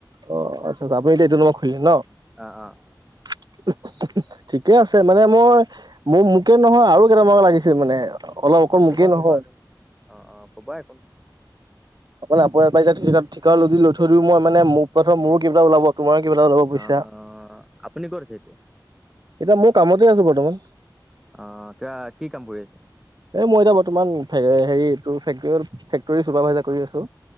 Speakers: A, on the right; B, in the centre.
A: অ আচ্ছা আচ্ছা আপুনি এতিয়া এইটো নম্বৰত খুলিলে ন?
B: অ অ।
A: <inaudible> ঠিকে আছে মানে মই মোৰ মোকে নহয় আৰু কেইটামানক লাগিছিল মানে অলপ অকল
B: অ
A: মোকেই
B: ক'বা
A: নহয়
B: ক'বা একো নাই। অ অ ক'বা একো নাই
A: অকল আপোনাৰ পৰাই ঠিকাও যদি লৈ থৈ দিও মই মানে মোৰ পৰা ধৰ মোৰো কিবা এটা ওলাব তোমাৰো কিবা এটা ওলাব পইছা।
B: অ অ আপুনি ক'ত আছে এতিয়া
A: এতিয়া মইও কামতে আছো বৰ্তমান
B: অহ কোৱা কি কাম কৰি আছা?
A: এ মই এতিয়া বৰ্তমান হেৰি তোৰ ফেক্টৰীয়াল ফেক্টৰী চুপাৰ ভাইজাৰ কৰি আছো।